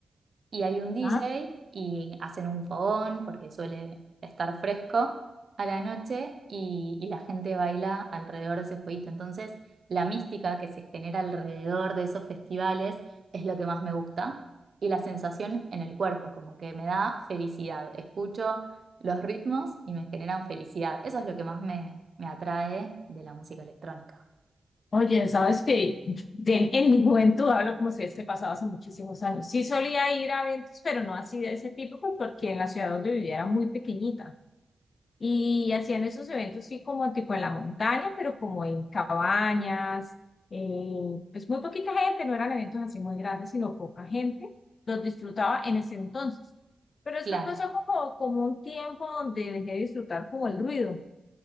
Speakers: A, on the right; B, on the left.
A: y hay un DJ
B: Ah.
A: y hacen un fogón porque suele estar fresco a la noche y, y la gente baila alrededor de ese fueguito. Entonces, la mística que se genera alrededor de esos festivales es lo que más me gusta y la sensación en el cuerpo, como que me da felicidad. Escucho los ritmos y me generan felicidad. Eso es lo que más me, me atrae de la música electrónica.
B: Oye, sabes que de- en mi juventud hablo como si hubiese pasado hace muchísimos años. Sí solía ir a eventos, pero no así de ese tipo, pues, porque en la ciudad donde vivía era muy pequeñita. Y hacían esos eventos sí como tipo en la montaña, pero como en cabañas, eh, pues muy poquita gente, no eran eventos así muy grandes, sino poca gente. Los disfrutaba en ese entonces. Pero después
A: Claro.
B: pasó como, como un tiempo donde dejé de disfrutar como el ruido. O